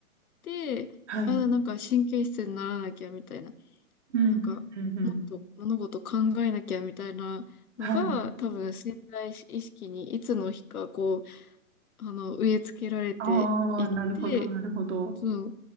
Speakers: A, on the left; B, on the right.
A: て、
B: はい。
A: あ、なんか神経質にならなきゃみたいな、
B: うん、
A: なんかもっと物事考えなきゃみたいなのが多分潜在意識にいつの日かこう、
B: うん、うん。うんはい。
A: あの、植え付けられていって、
B: ああ、なるほど、なるほど。
A: そう、